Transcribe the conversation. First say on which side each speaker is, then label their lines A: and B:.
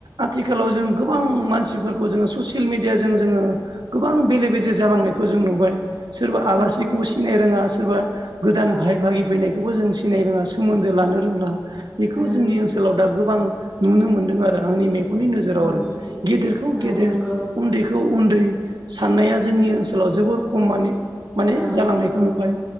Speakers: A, on the right; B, on the right.
A: आथिखालाव जों
B: औ
A: गोबां मानसिफोर खौ जोङो ससियेल मिडिया जों जोङो गोबां बेले बेजे जालांनायखौ जों नुबाय। सोरबा
B: नंगौ
A: आलासिखौ सिनाय रोङा सोरबा गोदान
B: औ
A: भाय भागि फैनायखौबो जों सिनायनो रोङा सोमोन्दो लानो रोंला। बेखौ
B: उम
A: जोंनि ओनसोलाव दा गोबां आं नुनो मोनदों आरो आंनि मे गननि नोजोराव
B: उम
A: आरो गेदेरखौ
B: औ
A: गेदेर
B: नंगौ
A: उन्दैखौ उन्दै। साननाया जोंनि
B: उम
A: ओनसोलाव जोबोर खमानि माने
B: औ
A: जालांनायखौ
B: नंगौ
A: नुबाय